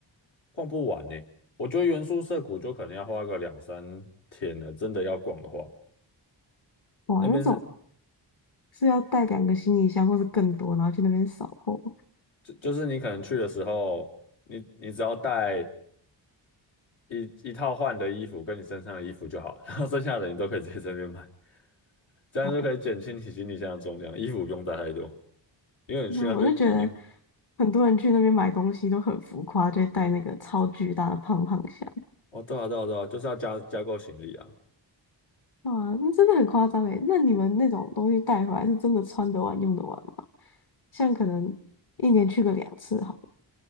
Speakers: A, on the left; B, on the left.
A: 逛不完呢。我觉得原宿涩谷就可能要花个两三天了，真的要逛的话，
B: 哇，
A: 那边是
B: 那种是要带两个行李箱或是更多，然后去那边扫货。
A: 就就是你可能去的时候，你你只要带一一套换的衣服跟你身上的衣服就好，然后剩下的你都可以直接在那边买，这样就可以减轻你行李箱的重量，
B: 哦。
A: 衣服不用带太多，因为你去那边一定
B: 那我就觉得很多人去那边买东西都很浮夸，就会带那个超巨大的胖胖箱。
A: 哦，对啊对啊对啊，就是要加加购行李啊。
B: 啊，那真的很夸张诶。那你们那种东西带回来是真的穿得完、用得完吗？像可能一年去个两次好了